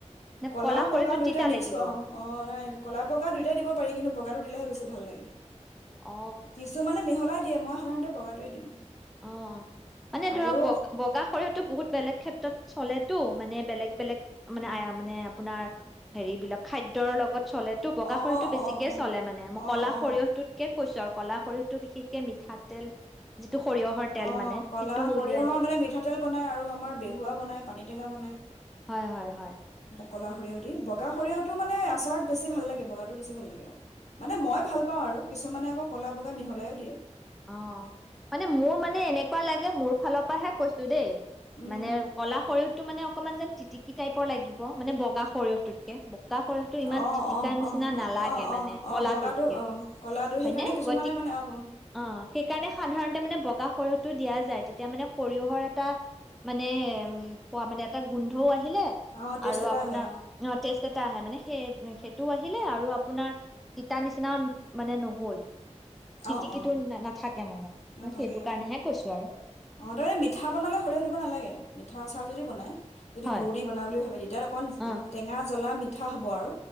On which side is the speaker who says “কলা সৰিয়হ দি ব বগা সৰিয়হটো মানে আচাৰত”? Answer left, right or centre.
Left